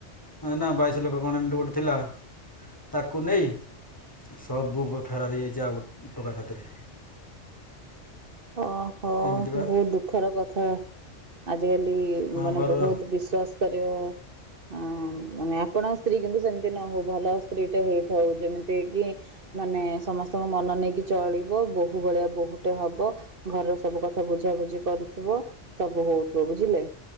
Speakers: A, on the left; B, on the right.
A: ହଁ ନା ବାଇଶି ଲୋକ କଣ ଏମିତି ଗୋଟେ ଥିଲା। ତାକୁ ନେଇ ସବୁ ବା ଫେରାର ହେଇଯାଇଛି। ଆଉ ଗୋଟେ ଟୋକା ସାଥିରେ।
B: ଓହୋ
A: ଏମିତିକା
B: ବହୁତ ଦୁଃଖର କଥା। ଆଜିକାଲି
A: ଆମ
B: ମାନେ
A: ଘରର
B: ବହୁତ ବିଶ୍ୱାସ କରିବା ଆଁ ମାନେ ଆପଣଙ୍କ ସ୍ତ୍ରୀ କିନ୍ତୁ ସେମିତି ନ ହଉ। ଭଲ ସ୍ତ୍ରୀଟେ ହେଇଥାଉ ଯେମିତି କି ମାନେ ସମସ୍ତଙ୍କ ମନ ନେଇକି ଚଳିବ। ବୋହୂ ଭଳିଆ ବୋହୂଟେ ହବ। ଘରର ସବୁ କଥା ବୁଝାବୁଝି କରୁଥିବ। ସବୁ ହଉଥିବ ବୁଝିଲେ।